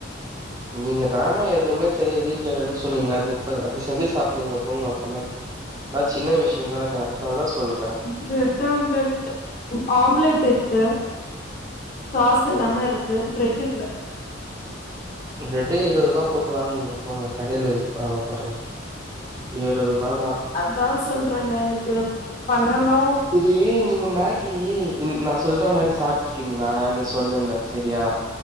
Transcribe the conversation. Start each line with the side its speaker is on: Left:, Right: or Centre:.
Right: நீங்க தான எதுவுமே செய்ய வீட்டுல இல்லன்னு சொன்னீங்க அது அது செஞ்சு சாப்டுங்க போங்க அப்பனா நா சின்ன விஷயம்தான் அதனால தான் சொல்ற
Left: பிரெட் ஆம்லெட் ஆம்லெட் இருக்கு சாஸ் எல்லாமே இருக்கு பிரெட் இல்ல
Right: பிரெட்டே இருபது ரூபா போட்டு வாங்குங்க போங்க கடையில விப்பாங்க பாருங்க இருவதுரூபாதா
Left: அதா சொல்றங்க எனக்கு பண்ணனு
Right: இது நீங்க மேகி நீ நா சொல்ற மாதிரி சாப்ட்டுருக்கீங்களானு சொல்லுங்க சரியா